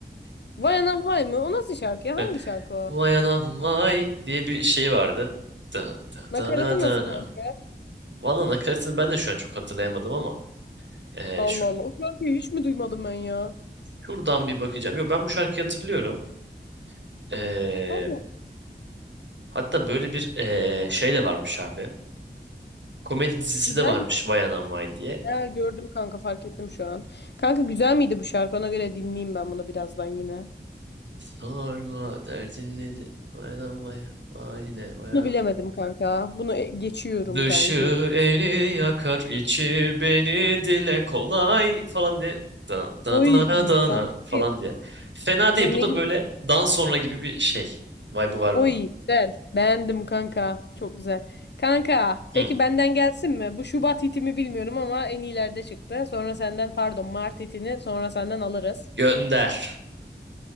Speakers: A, on the left (about 70°); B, on the right (about 85°).
A: Vay anam vay mı? O nasıl şarkı ya?
B: <laughs>
A: Hangi şarkı o?
B: Vay anam vay diye bir şey vardı. Dın
A: Nakaratı
B: dın dın dın
A: nasıl kanka?
B: dın. Valla nakaratını ben de şu an çok hatırlayamadım ama. eee,
A: Allah
B: şu,
A: Allah. O şarkıyı hiç mi duymadım ben ya?
B: şuradan bir bakacağım. Yo ben bu şarkıyı hatırlıyorum. Ee,
A: Allah.
B: hatta böyle bir ee, şey de varmış abi. Komedi dizisi
A: Güzel
B: de varmış
A: mi?
B: Vay Anam Vay diye.
A: Ha, gördüm kanka fark ettim şu an. Kanka güzel miydi bu şarkı? Ona göre dinleyeyim ben bunu birazdan yine.
B: Sorma derdin nedir? Vay Anam Vay. Haline Vay Anam.
A: Bunu bilemedim kanka. Bunu e- geçiyorum
B: Dışı
A: kankim.
B: eli yakar içi beni dile kolay falan diye. Dan da,
A: Oy
B: da,
A: kanka.
B: da, falan diye. Fena değil.
A: Sen
B: Bu
A: ne
B: da
A: gibi?
B: böyle dan sonra gibi bir şey. Vibe'ı var
A: Oy
B: bunun.
A: güzel. Beğendim kanka. Çok güzel. Kanka
B: Hı.
A: peki benden gelsin mi? Bu Şubat hitimi bilmiyorum ama en iyilerde çıktı. Sonra senden pardon Mart hitini sonra senden alırız.
B: Gönder.